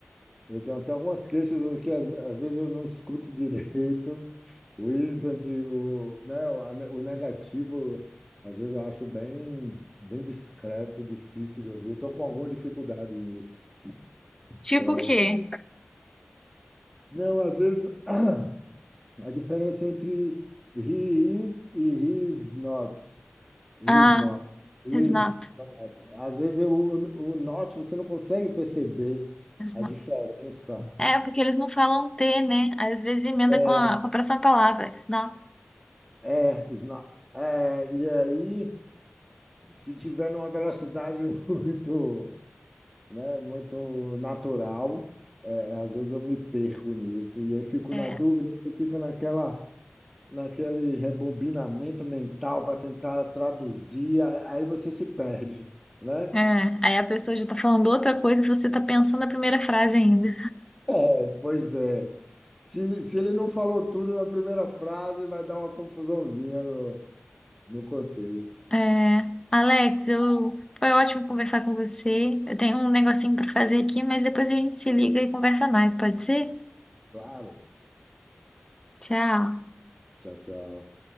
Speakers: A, in the centre; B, on the left.
A: Eu tenho até algumas queixas que às, às vezes eu não escuto direito. O Wizard, o, né, o a ne- o negativo, às vezes eu acho bem, bem discreto, difícil de ouvir. Eu estou com alguma dificuldade nisso.
B: Tipo
A: Pra...
B: o
A: ou-
B: quê?
A: Não, às vezes <clears throat> a diferença entre he is e he is not. He
B: Ah,
A: is not. He
B: exato.
A: is not. Às vezes eu- o, o not você não consegue perceber
B: exato.
A: a diferença.
B: É, porque eles não falam T, né? Aí, Às vezes emenda
A: É,
B: com a, com a próxima palavra. Senão,
A: É, os na- é, e aí, se tiver numa velocidade <laughs> muito, né, muito natural, é, às vezes eu me perco nisso. E aí fico
B: é.
A: na dúvida, você fica naquela, naquele rebobinamento mental para tentar traduzir, a- aí você se perde, né?
B: É, aí a pessoa já tá falando outra coisa e você tá pensando a primeira frase ainda.
A: É, pois é. Se, se ele não falou tudo na primeira frase, vai dar uma confusãozinha no, no contexto.
B: É, Alex, eu foi ótimo conversar com você. Eu tenho um negocinho para fazer aqui, mas depois a gente se liga e conversa mais, pode ser?
A: Claro.
B: Tchau.
A: Tchau, tchau.